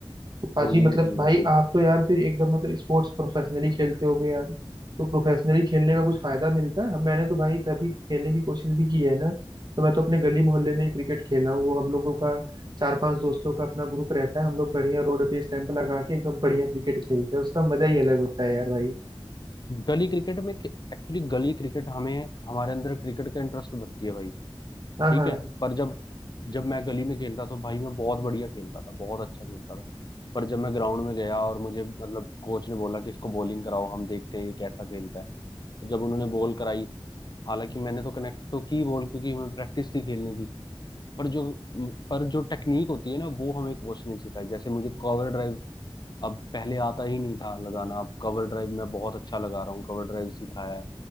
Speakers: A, on the right; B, on the left.
A: तो पाजी
B: तो ये
A: मतलब
B: टीम
A: भाई
B: है भाई
A: आप तो यार फिर एकदम मतलब स्पोर्ट्स प्रोफेशनली खेलते होगे यार तो प्रोफेशनली खेलने का कुछ फायदा मिलता है मैंने तो भाई कभी खेलने की कोशिश भी की है ना तो मैं तो अपने गली मोहल्ले में ही क्रिकेट खेला हूँ वो हम लोगों का चार पांच दोस्तों का अपना ग्रुप रहता है हम लोग बढ़िया रोड पे स्टैंप लगा के एकदम बढ़िया क्रिकेट खेलते हैं उसका मजा ही अलग होता है यार भाई
B: गली क्रिकेट में एक्चुअली गली क्रिकेट हमें हमारे अंदर क्रिकेट का इंटरेस्ट भरती है भाई
A: हाँ
B: ठीक
A: हाँ
B: है पर जब जब मैं गली में खेलता तो भाई मैं बहुत बढ़िया खेलता था बहुत अच्छा खेलता था पर जब मैं ग्राउंड में गया और मुझे मतलब कोच ने बोला कि इसको बॉलिंग कराओ हम देखते हैं ये कैसा खेलता है तो जब उन्होंने बॉल कराई हालांकि मैंने तो कनेक्ट तो की बॉल क्योंकि हमें प्रैक्टिस थी खेलने की पर जो पर जो टेक्निक होती है ना वो हमें कोच ने सिखाई जैसे मुझे कवर ड्राइव अब पहले आता ही नहीं था लगाना अब कवर ड्राइव मैं बहुत अच्छा लगा रहा हूँ कवर ड्राइव सिखाया है